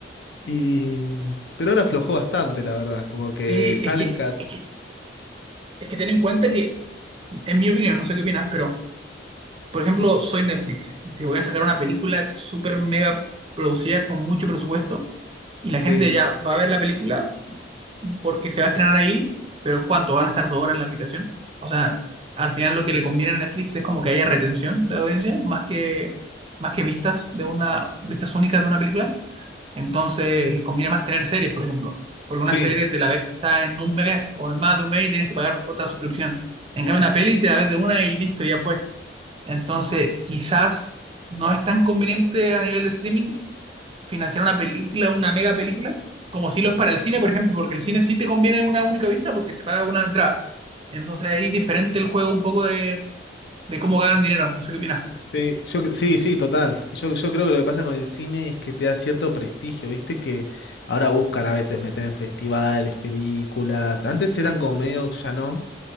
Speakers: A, on the left (about 65°); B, on the right (about 30°).
A: Y, mm, pero ahora aflojó bastante, la verdad. Como que
B: sí,
A: salen
B: es que,
A: cat.
B: es que, es que ten en cuenta que, en mi opinión, no sé qué opinas, pero Por ejemplo, soy Netflix y te voy a sacar una película súper mega producida con mucho presupuesto y la
A: Sí.
B: gente ya va a ver la película porque se va a estrenar ahí, pero ¿cuánto? ¿Van a estar dos horas en la aplicación? O sea, al final lo que le conviene a Netflix es como que haya retención de audiencia más que, más que vistas de una, vistas únicas de una película. Entonces les conviene más tener series, por ejemplo, porque una
A: Sí,
B: serie te la ves quizá en un mes o en más de un mes y tienes que pagar otra suscripción. En cambio, una peli te la ves de una y listo, ya fue. Entonces, quizás no es tan conveniente a nivel de streaming financiar una película, una mega película, como si lo es para el cine, por ejemplo, porque el cine sí te conviene una única vista porque se paga una entrada. Entonces ahí es diferente el juego un poco de, de cómo ganan dinero. No sé qué opinas.
A: Sí, yo, cre- sí, sí, total. Yo, yo creo que lo que pasa con el cine es que te da cierto prestigio, viste que ahora buscan a veces meter en festivales, películas. Antes eran como medio, ya no,